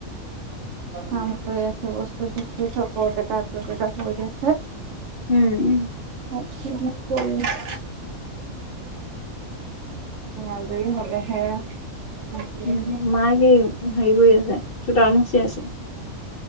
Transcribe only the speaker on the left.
উম।
উম মায়ে কি হেৰি কৰি আছে চোতাল মোচি আছে?